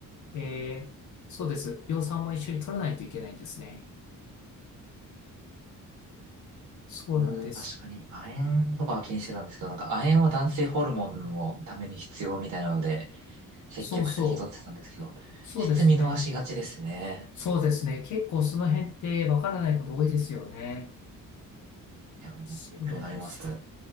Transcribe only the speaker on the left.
えーそうです。葉酸も一緒に取らないといけないんですね。そうなんです。
そうそう。そうですね。
そうですね。結構その辺ってわからないこと多いですよね。
そうなんです。